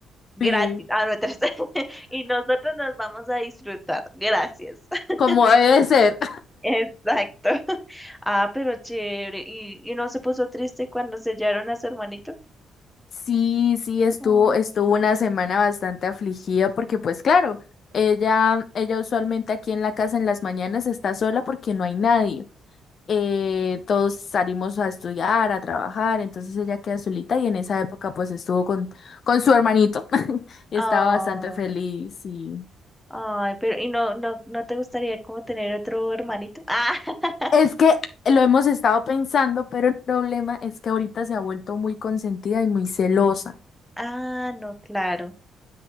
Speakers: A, in the centre; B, on the left.
A: gratis.
B: sí,
A: Ah, no, tres. <laughs> Y nosotros nos vamos a disfrutar. Gracias. <laughs>
B: como debe ser.
A: Exacto. <laughs> Ah, pero chévere. ¿Y, y no se puso triste cuando sellaron a su hermanito?
B: Sí, sí, estuvo,
A: Ay,
B: estuvo una
A: no.
B: semana bastante afligida porque pues claro, ella, ella usualmente aquí en la casa en las mañanas está sola porque no hay nadie. Eh, todos salimos a estudiar, a trabajar, entonces ella queda solita y en esa época pues estuvo con, con su hermanito <laughs> y
A: Ay.
B: estaba bastante feliz y
A: Ay, pero ¿y no, no, no te gustaría como tener otro hermanito? Ah, <laughs>
B: es que lo hemos estado pensando, pero el problema es que ahorita se ha vuelto muy consentida y muy celosa.
A: ah, no, claro.